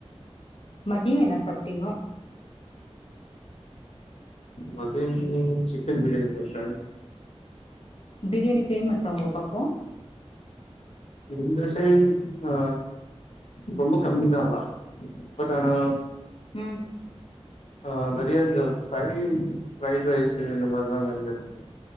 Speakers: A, on the left; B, on the left.
A: மதியோ என்ன சாப்ட்டிங்கோ
B: மதியான் சிக்கன் பிரியானி சாப்ட்ட
A: பிரியாணி ஃபேமஸா உங்க பக்கோ
B: இந்த சைடு ஆ ரொம்ப கம்மி தா பட் ஆனா
A: ம்
B: <inaudible> ஆ நெறய இந்த ஃபை ஃப்ரைட் ரைஸ்சு இந்த மாரி தா இங்க இருக்கு